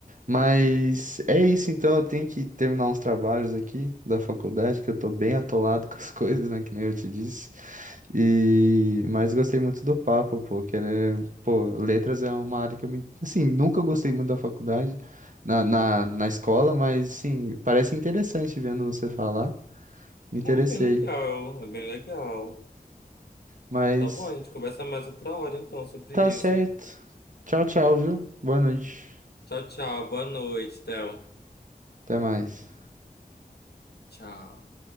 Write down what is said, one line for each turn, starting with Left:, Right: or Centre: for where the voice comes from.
Right: Mas é isso, então eu tenho que terminar uns trabalhos aqui da faculdade, que eu tô bem atolado <laughs> com as coisas, né, que nem eu te disse. E mas gostei muito do papo, pô, que era, pô, letras é uma área que eu me, assim, nunca gostei muito da faculdade, na, na, na escola, mas assim, parece interessante vendo você falar. Me interessei.
Left: É bem legal, é bem legal.
Right: Mas
Left: Tá bom, a gente conversa mais outra hora então sobre
Right: tá certo.
Left: isso.
Right: Tchau, tchau, viu? Boa noite.
Left: Tchau, tchau. Boa noite, Théo.
Right: Até mais.
Left: Tchau.